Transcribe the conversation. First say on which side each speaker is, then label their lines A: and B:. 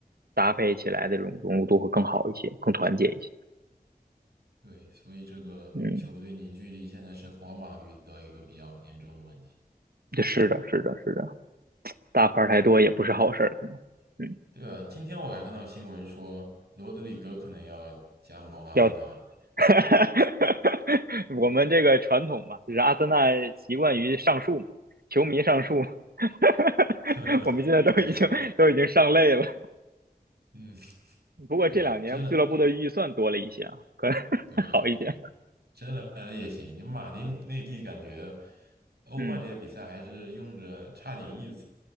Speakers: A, on the right (about 70°); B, on the right (about 90°).
A: 搭配起来的这种融入度会更好一些，更团结一些。
B: 对，所以这个球队凝聚力现在是皇马遇到一个比较严重的问题。
A: 嗯。对是的，是的，是的，大牌儿太多也不是好事儿，可能，嗯，
B: 对啊，今天我还看到新闻说罗德里戈可能要加盟阿森纳，
A: 要，<laughs> 我们这个传统嘛，就是阿森纳习惯于上树嘛，球迷上树，<laughs>
B: <laughs>
A: 我们现在都已经都已经上累了。
B: 也是，嗯，
A: 不过这两年俱乐部的预算多了一些啊，
B: 可以，真的，
A: 可能 <laughs>
B: 对啊，
A: 好一点，
B: 真的来了也行。你马丁内地感觉欧冠这些比赛还是用着差点意思，
A: 嗯。